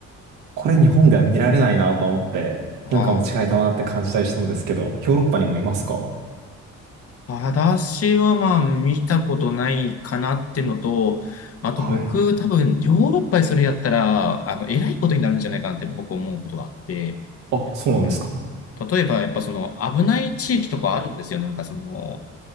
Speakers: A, on the right (about 85°); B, on the left (about 50°).
A: これ日本では見られないなと思って、
B: うん。ああ。
A: 文化の違いだなって感じたりしたんですけど、ヨーロッパにもいますか
B: 私はまあ見たことないかなってのと、あと僕多分ヨーロッパでそれやったら、
A: はい。
B: あの、偉いことになるんじゃないかなって僕思うことがあって、
A: あ、そうなんですか
B: うん。例えばやっぱその危ない地域とかあるんですよ。なんかその